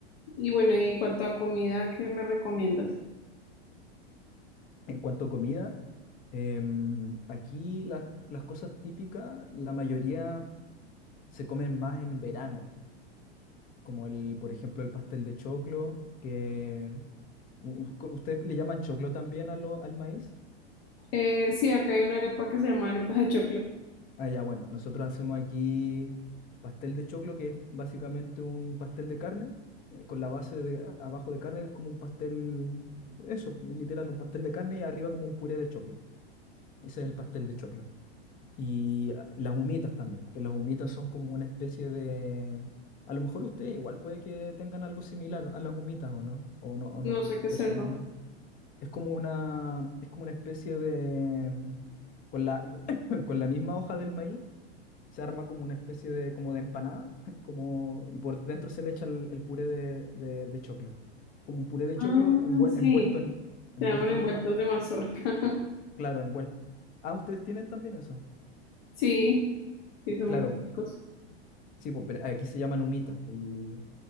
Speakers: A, on the left; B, on the left.
A: Y bueno, y en cuanto a comida, ¿qué me recomiendas?
B: En cuanto a comida, em, aquí las, las cosas típicas, la mayoría se comen más en verano, como el, por ejemplo, el pastel de choclo, que u- u- co- ¿ustedes le llaman choclo también a lo- al maíz?
A: Eh, sí, acá hay una arepa que se llama arepa de choclo.
B: Ah, ya, bueno, nosotros hacemos aquí pastel de choclo, que es básicamente un pastel de carne, eh, con la base de abajo de carne, que es como un pastel, eso, literal, un pastel de carne y arriba como un puré de choclo. Ese es el pastel de choclo. Y ah, las humitas también, que las humitas son como una especie de... A lo mejor ustedes igual puede que tengan algo similar a las humitas, ¿o no? ¿O no, o
A: No
B: no
A: sé qué
B: te
A: es
B: suenan
A: eso.
B: las? Es como una, es como una especie de... Con la, <coughs> <clears throat> con la misma hoja del maíz se arma como una especie de, como de empanada, <laughs> como, y por dentro se le echa el, el puré de, de- de choclo. Como un puré de
A: Ah,
B: choclo envuel-
A: sí,
B: envuelto en, envuelto
A: se llaman envueltos
B: en hoja,
A: de mazorca. <laughs>
B: claro, envuelto. Ah, ¿ustedes tienen también eso?
A: Sí, sí, son
B: Claro,
A: muy típicos.
B: sí, po, pero aquí se llaman humitas po, y,